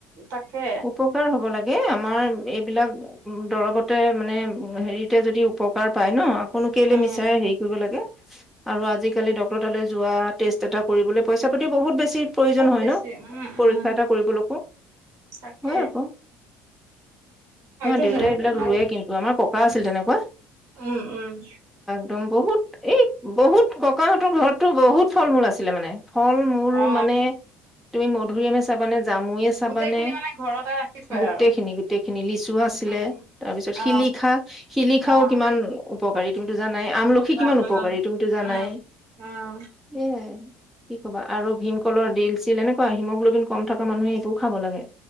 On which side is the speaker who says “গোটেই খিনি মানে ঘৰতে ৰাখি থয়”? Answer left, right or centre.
Right